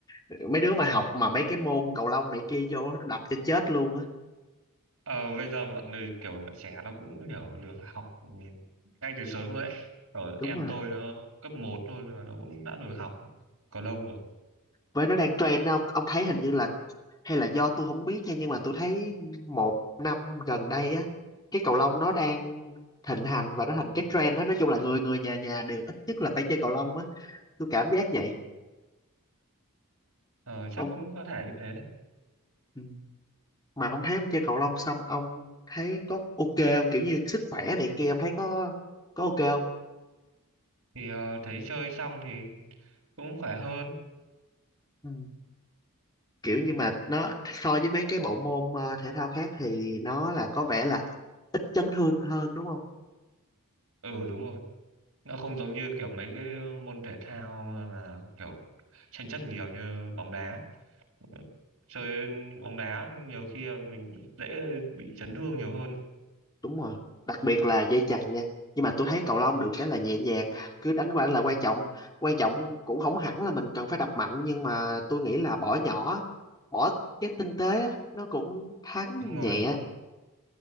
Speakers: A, on the left; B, on the right.
A: <laughs> mấy đứa mà học mà mấy cái môn cầu lông này kia vô nó đập cho chết luôn á
B: Ờ bây giờ bọn người kiểu bọn trẻ nó cũng kiểu được học ngay từ sớm rồi đấy. Rồi
A: đúng
B: em
A: rồi
B: tôi nó cấp một thôi mà nó cũng đã được học cầu lông rồi.
A: với nó đang trend đó, ông ông thấy hình như là hay là do tôi không biết nha nhưng mà tôi thấy một năm gần đây á cái cầu lông nó đang thịnh hành và nó thành cái trend đó nói chung là người người nhà nhà đều ít nhất là phải chơi cầu lông á tôi cảm giác vậy
B: Ờ chắc
A: ông
B: cũng có thể như thế đấy.
A: ừ. mà ông thấy ông chơi cầu lông xong ông thấy có ok không kiểu như sức khỏe này kia ông thấy có có ok không
B: thì ờ, thấy chơi xong thì cũng khỏe hơn
A: ừ. kiểu như mà nó so với mấy cái bộ môn ờ, thể thao khác thì nó là có vẻ là ít chấn thương hơn đúng không
B: ừ đúng rồi nó không giống như kiểu mấy cái môn thể thao là kiểu tranh chấp nhiều như bóng đá Ừ. chơi bóng đá nhiều khi là mình dễ bị chấn thương nhiều hơn
A: đúng rồi đặc biệt là dây chằng nha nhưng mà tôi thấy cầu lông được cái là nhẹ nhàng cứ đánh qua là quan trọng quan trọng cũng không hẳn là mình cần phải đập mạnh nhưng mà tôi nghĩ là bỏ nhỏ bỏ cái tinh tế á, nó cũng thắng
B: đúng rồi
A: nhẹ